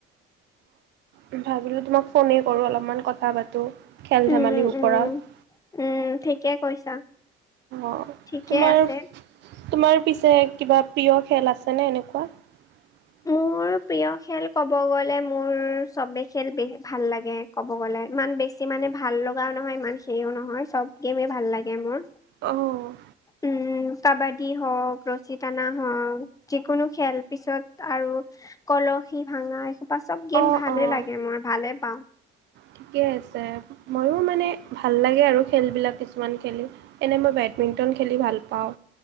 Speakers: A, on the right; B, on the left.
A: অ ভাবিলো তোমাক ফোনে কৰো অলপমান কথা পাতো খেল-ধেমালিৰ
B: উম,
A: ওপৰত।
B: উম, উম ঠিকে কৈছা।
A: অ'!
B: ঠিকে
A: তোমাৰ,
B: আছে।
A: তোমাৰ পিছে, কিবা প্ৰিয় খেল আছেনে এনেকুৱা? <inaudible>
B: মোৰ প্ৰিয় খেল, ক'ব গ'লে মোৰ, চবে খেল ভাল লাগে, ক'ব গ'লে। ইমান বেছি বেছি মানে, ভাল লগাও নহয়, ইমান সেইও নহয়। চব গেমেই ভাল লাগে মোৰ।
A: অ'!
B: উম! কাবাডী হওঁক, ৰছী টানা হওঁক। যিকোনো, খেল পিছত আৰু কলহী ভাঙা, এসোপা চব, গেম
A: অঁ
B: ভালে
A: অঁ
B: লাগে। গেম মই, ভালেই পাওঁ।
A: ঠিকে আছে, মইয়ো মানে ভাল লাগে আৰু খেলবিলাক, কিছুমান খেলি। এনেই মই, বেডমিণ্টন খেলি ভাল পাওঁ।